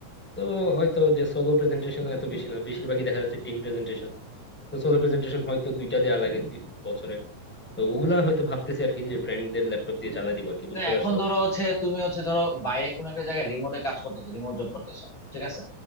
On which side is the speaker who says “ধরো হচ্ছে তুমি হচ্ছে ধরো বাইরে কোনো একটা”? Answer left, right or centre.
Left